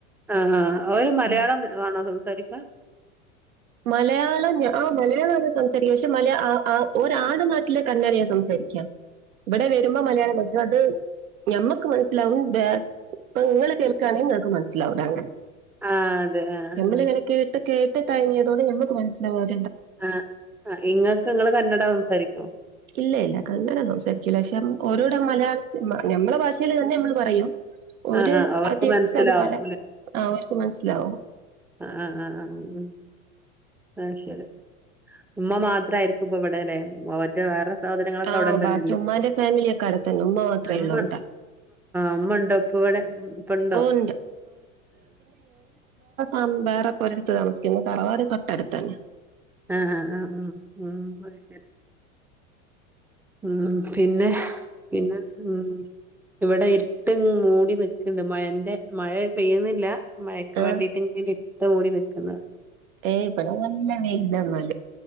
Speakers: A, in the centre; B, on the right (about 80°).
A: ആഹ അവര് മലയാളം
B: ഉം.
A: വണോ സംസാരിക്ക
B: മലയാളം ആ മലയാള സംസാരിക്ക പക്ഷെ മല ഒരാട് നാട്ടിലെ കണന ഞാൻ സംസാരിക്കാം ഇവിടെ വരുമ്പോ മലയാളം ഭഷ അത് ഞമ്മക്ക് മനസ്സിലാവും ഇപ്പൊ നിങ്ങൾ കേൾക്കുകയാണെങ്കിൽ നിങ്ങക്ക് മനസ്സിലാവൂ അങ്ങനെ
A: ആഹ് അതെ ആഹ്
B: നമ്മളിങ്ങനെ കേട്ട് കേട്ട് തങ്ങിയതോടെ നമ്മക്ക് മനസ്സിലാവാും
A: ആഹ് ഇങ്ങൾക്ക് നിങ്ങള് കന്നട സംസാരിക്കുവോ
B: ഇല്ല ഇല്ല കന്നഡം സംസാരിക്കില്ല പക്ഷെ ഓരോട മലയാളത്തി നമ്മുടെ ഭാഷൽ തന്നെ നമ്മള് പറയും ഒരു
A: ആഹ് ആഹ് അവർക്ക്
B: അത്
A: മനസ്സിലാവും
B: അതുപോലെ ആ് അവക്ക് മനസ്സിലാവോ
A: ആഹ ആഹ് ഉ ആഹ ശരി ഉമ്മ മാത്രായിരിക്കുമ ഇ്പൊ ഇവിടെല്ലെറ്റ വേറെ സാധനങ്ങളൊക്കെ
B: ആഹ്
A: അവിട തന്നെല്ലേമ്മമ്മ
B: ബാക്കി ഉമ്മാന്റെ ഫാമിലിയൊക്കെ അടുത്തന്നെ ഉമ്മ മാത്രേ ഉള്ളൂ ഇവിടെ.
A: അമ്മ ഉണ്ടോപ്പ ഇവിടെ പണ്ടോ
B: ഓഹ് ഉണ്ട് ആ വേറെപ്പ ഒരിടുത്ത് താമിക്കുന്നത് തറവാടി തൊട്ടടുത്ത തന്നെ
A: ആഹ ആ് ഉ ഉ അ ശരി ഉം പിന്നെ പിന്നെ ഉ ഇവിടെ ഇരുട്ട് മൂടി ന ണ്ട് മഴന്റെ മഴ പെയ്യുന്നില്ല മഴക്ക്
B: ആഹ്
A: വേണ്ടിട്ട് ഇങ്ങ ഇത്ത മൂടി നൽക്കുന്നത്
B: ഏ ഇവിടെ നല്ല വെയിന്നാലും